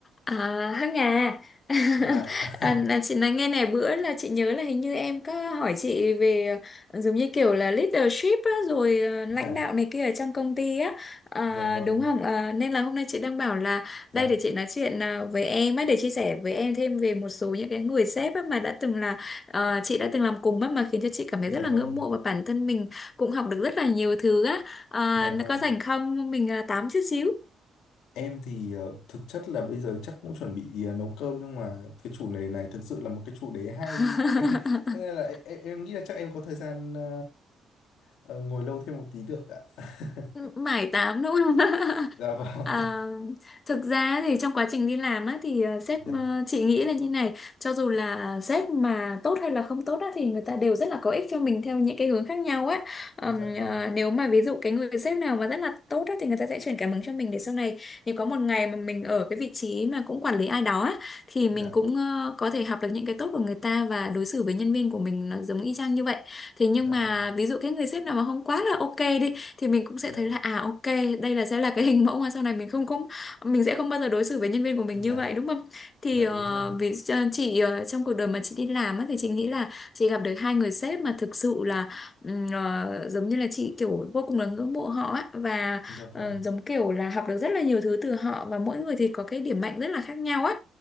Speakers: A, on the left; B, on the left.
A: À, Hằng à. <laughs>
B: dạ <laughs>
A: à, là chị nói nghe này bữa là chị nhớ là hình như em có hỏi chị về ờ, giống như kiểu là leadership á, rồi ờ, lãnh
B: dạ
A: đạo này kia ở trong công ty á à,
B: dạ vâng
A: đúng không? À, nên là hôm nay chị đang bảo là
B: dạ
A: đây để chị nói chuyện ờ, với em á để chia sẻ với em thêm về một số những cái người sếp á, mà đã từng là ờ, chị đã từng làm cùng á mà khiến cho chị cảm thấy
B: dạ
A: rất là
B: vâng
A: ngưỡng mộ và bản thân mình cũng học được rất là nhiều thứ á. À,
B: dạ vâng
A: có rảnh không? Mình ờ, tám chút xíu.
B: em thì ờ, thực chất là bây giờ chắc cũng chuẩn bị ờ, nấu cơm nhưng mà cái chủ đề này thực sự là một cái chủ đề hay
A: <laughs>
B: <laughs> Thế nên là em, em nghĩ là chắc em có thời gian ờ, ờ, ngồi lâu thêm một tí được ạ <laughs>
A: mải tám đúng không? <laughs>
B: dạ vâng
A: À, thực ra thì trong quá trình đi làm á thì ờ, sếp
B: dạ
A: ờ, chị nghĩ là như này cho dù là sếp mà tốt hay là không tốt á thì người ta đều rất là có ích cho mình theo những cái hướng khác nhau á Ờm,
B: dạ vâng
A: ờ, nếu mà ví dụ cái người sếp nào mà rất là tốt á thì người ta sẽ truyền cảm hứng cho mình để sau này nếu có một ngày mà mình ở cái vị trí mà cũng quản lý ai đó á thì
B: dạ
A: mình cũng ờ, có thể học được những cái tốt của người ta và đối xử với nhân viên của mình nó giống y chang như vậy thế nhưng
B: dạ
A: mà
B: vâng
A: ví dụ cái người sếp nào mà không quá là ok đi thì mình cũng sẽ
B: dạ
A: thấy là à ok đây là sẽ là cái hình mẫu mà sau này mình không cũng mình sẽ không bao giờ đối xử với nhân viên của mình
B: dạ
A: như vậy đúng không thì
B: dạ
A: ờ,
B: đúng rồi
A: vì cho- chị ờ, trong cuộc đời mà chị đi làm á, thì chị nghĩ là chị gặp được hai người sếp mà thực sự là ừm, ờ, giống như là chị kiểu vô cùng là ngưỡng mộ họ á và
B: dạ vâng
A: ờ, giống kiểu là học được rất là nhiều thứ từ họ và mỗi người thì có cái điểm mạnh rất là khác nhau á